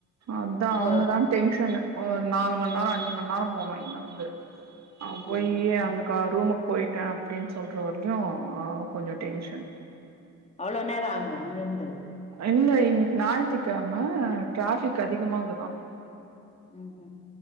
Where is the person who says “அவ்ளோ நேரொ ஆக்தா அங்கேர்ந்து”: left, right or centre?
Left